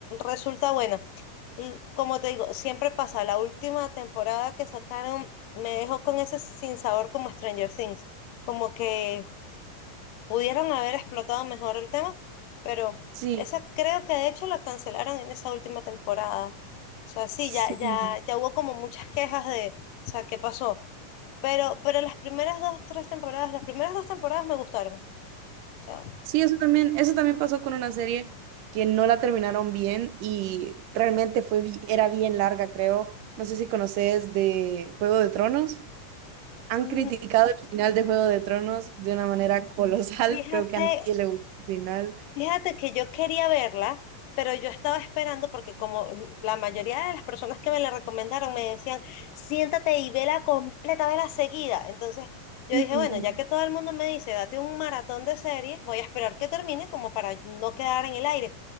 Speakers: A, on the left; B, on the right.
A: resulta buena. L- Como te digo, siempre pasa. La última temporada que sacaron me dejó con ese sinsabor como Stranger Things. Como que pudieron haber explotado mejor el tema, pero
B: Sí,
A: esa creo que de hecho la cancelaron en esa última temporada. O sea, sí,
B: sí,
A: ya, ya, ya hubo como muchas quejas de, o sea, ¿qué pasó? Pero, pero las primeras dos, tres temporadas, las primeras dos temporadas me gustaron. O sea,
B: sí, eso también, eso también pasó con una serie que no la terminaron bien y realmente fue, bi- era bien larga, creo. No sé si conoces de Juego de Tronos. Han
A: mm,
B: criticado el final de Juego de Tronos de una manera colosal.
A: fíjate,
B: <laughs> Creo que a nadie le gustó el final.
A: fíjate que yo quería verla, pero yo estaba esperando porque como la mayoría de las personas que me la recomendaron me decían, siéntate y vela completa, vela seguida. Entonces yo
B: Ujú,
A: dije, bueno, ya que todo el mundo me dice, date un maratón de serie, voy a esperar que termine como para no quedar en el aire.